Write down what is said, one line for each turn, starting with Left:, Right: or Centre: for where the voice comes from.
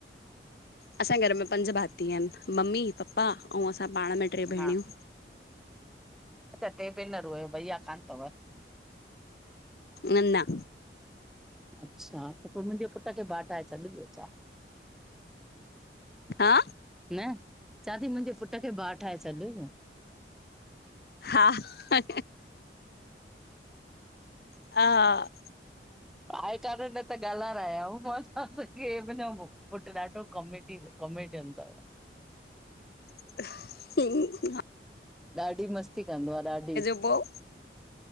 Left: असांजे घर में पंज भाती आहिन, मम्मी पपा अऊ असां पाण में ट्रे भेणियूं।
Centre: हा अच्छा, ट्रे भेनर हुओ, भईया कान्ह तव्।
Left: न-न
Centre: अच्छा, त पो मुंजे पुट खे बाटाए छॾ ॿियो छा
Left: हा!
Centre: न चहां थी, मुंजे पुट खे भाऊ ठाहे छॾि
Left: हा-हा <inaudible>
Centre: आहे कान, न त ॻाल्हारायमांस त केर बि न हो। पुत्र ॾाढो कॉमेडी, कॉमेडियन तव्।
Left: <unintelligible>
Centre: ॾाढी मस्ती कंदो आ, ॾाढी!
Left: ब